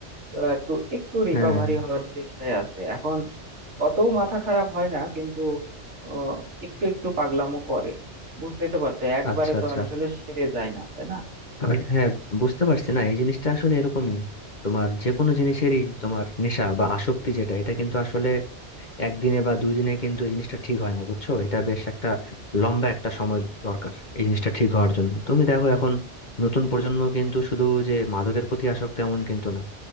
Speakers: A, on the right; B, on the left.
A: তো একটু একটু রিকভারি
B: হ্যাঁ
A: হওয়ার চেষ্টায় আছে এখন অত মাথা খারাপ হয় না কিন্তু আহ, একটু একটু পাগলামো করে বুঝতেই তো পারছো একবারে
B: আচ্ছা
A: তো
B: আচ্ছা
A: আর আসলে সেরে যায় না তাই না
B: আর হ্যাঁ বুঝতে পারছি না এই জিনিসটা আসলে এরকমই তোমার যে কোনো জিনিসেরই তোমার নেশা বা আসক্তি যেটা এটা কিন্তু আসলে একদিনে বা দুই দিনে কিন্তু এই জিনিসটা ঠিক হয় না বুঝছো এটা বেশ একটা লম্বা একটা সময় দরকার এই জিনিসটা ঠিক হওয়ার জন্য তুমি দেখো এখন নতুন প্রজন্ম কিন্তু শুধু যে মাদকের প্রতি আসক্ত এমন কিন্তু না